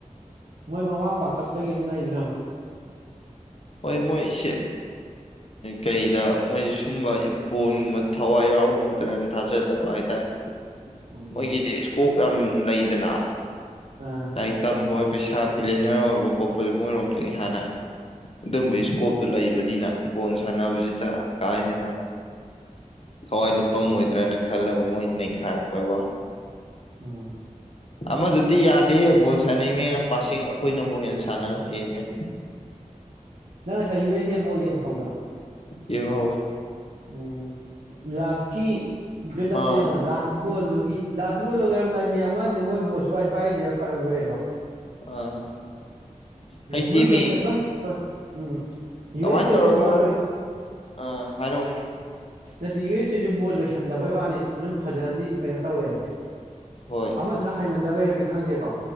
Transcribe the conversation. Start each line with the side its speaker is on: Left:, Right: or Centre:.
Right: ꯃꯣꯏ ꯃꯃꯥꯡ ꯋꯥꯀꯠꯇꯒꯤ ꯑꯃ ꯂꯩꯈ꯭ꯔ
Left: ꯍꯣꯏ ꯃꯣꯏꯁꯦ ꯀꯩꯗ ꯃꯣꯏꯁꯤ ꯁꯨꯝꯕ ꯕꯣꯟꯒꯨꯝꯕ ꯊꯋꯥꯏ ꯌꯥꯎꯔꯝꯒꯗ꯭ꯔꯅ ꯊꯥꯖꯗꯕ ꯍꯥꯏꯇꯥꯔꯦ
Right: ꯎꯝ
Left: ꯃꯣꯏꯒꯤꯗꯤ ꯏꯁꯀꯣꯛ ꯌꯥꯝ ꯂꯩꯗꯅ
Right: ꯑꯥ
Left: ꯇꯥꯏ ꯇꯝꯕꯣꯏ ꯄꯩꯁꯥ ꯕꯤꯂꯦꯅꯔ ꯑꯣꯏꯕ ꯈꯣꯠꯄꯁꯦ ꯃꯣꯏꯔꯣꯝꯗꯒꯤ ꯍꯥꯟꯅ ꯑꯗꯨꯝꯕ
Right: ꯎꯝ
Left: ꯏꯁꯀꯣꯞꯇꯨ ꯂꯩꯕꯅꯤꯅ ꯐꯨꯠꯕꯣꯜ ꯁꯥꯟꯅꯕꯁꯤꯗ ꯀꯥ ꯍꯦꯟꯅ ꯊꯋꯥꯏ ꯂꯨꯞꯄꯝꯃꯣꯏꯗ꯭ꯔꯅ ꯈꯜꯂꯒ ꯃꯣꯏ ꯅꯩꯈꯥꯏ ꯑꯣꯏ ꯋꯥ
Right: ꯎꯝ
Left: ꯑꯃꯗꯨꯗꯤ ꯌꯥꯗꯦ ꯕꯣꯜ ꯁꯥꯟꯅꯩꯅꯦꯅ ꯄꯁꯤꯡ ꯑꯩꯈꯣꯏꯅꯕꯨ ꯍꯦꯟꯅ ꯁꯥꯟꯅ ꯍꯦꯟꯒꯅꯤ
Right: ꯅꯪ ꯉꯁꯥꯏ ꯌꯨ ꯑꯦꯁ ꯑꯦ ꯕꯣꯜ ꯌꯦꯡ ꯍꯧꯕ꯭ꯔꯥ
Left: ꯌꯦꯡꯍꯧꯏ
Right: ꯎꯝ ꯂꯥꯁꯀꯤ ꯕꯤꯜ ꯂꯞꯇꯨ
Left: ꯑꯥ
Right: ꯌꯦꯡꯉꯨꯅ ꯂꯥꯁ ꯒꯣꯜꯗꯨꯒꯤ ꯂꯥꯁ ꯒꯣꯜꯗꯨ <unintelligible> ꯃꯤ ꯑꯃꯅꯤꯅꯤꯗꯨ ꯃꯣꯏ ꯕꯣꯜ ꯁꯨꯡ ꯄꯥꯏꯗ꯭ꯔꯦ <unintelligible>
Left: ꯑꯥ ꯍꯩꯇꯦꯃꯤ
Right: ꯃꯣꯏ ꯂꯣꯏꯁꯟꯕ ꯍꯩ ꯎꯝ ꯌꯨ
Left: ꯀꯃꯥꯏꯅ
Right: ꯑꯦꯁ ꯑꯦ
Left: ꯇꯧꯔꯒ
Right: ꯁꯨ ꯕꯣꯜ ꯂꯣꯏ
Left: ꯑꯥ ꯍꯥꯏꯔꯧꯅꯦ
Right: ꯅꯠꯇꯦ ꯌꯨ ꯑꯦꯁ ꯑꯦꯁꯨ ꯕꯣꯜ ꯂꯣꯏꯁꯟꯗꯕꯩ ꯋꯥꯅꯦ ꯑꯗꯨꯝ ꯐꯖꯗꯤ ꯀꯩꯅꯣ ꯇꯧꯋꯦꯕ
Left: ꯍꯣꯏ
Right: ꯑꯃꯗꯨꯅ ꯍꯥꯏꯃꯟ ꯗꯕꯩꯔꯗꯤ ꯈꯪꯗꯦꯀꯣ